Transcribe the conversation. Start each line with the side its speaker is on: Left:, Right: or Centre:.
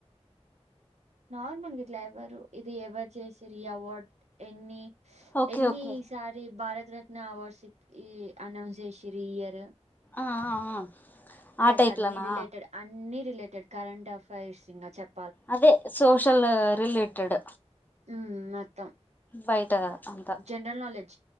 Right: నార్మల్ ఇట్ల ఎవరు ఇది ఎవరు చేసిరు అవార్డ్ ఎన్ని
Left: ఓకే
Right: ఎన్నిసారి
Left: ఓకే
Right: భారతరత్న అవార్డ్స్ ఈ అనౌన్స్ చేసిరు ఇయరు
Left: ఆ ఆ ఆ
Right: లైక్
Left: టైప్లనా
Right: అన్ని రిలేటెడ్ అన్ని రిలేటెడ్ కరెంట్ అఫైర్స్ ఇంగ చెప్
Left: అదే సోషల్ రిలేటెడ్
Right: మ్మ్, మొత్తం
Left: బయట అంతా
Right: జనరల్ నాలెడ్జ్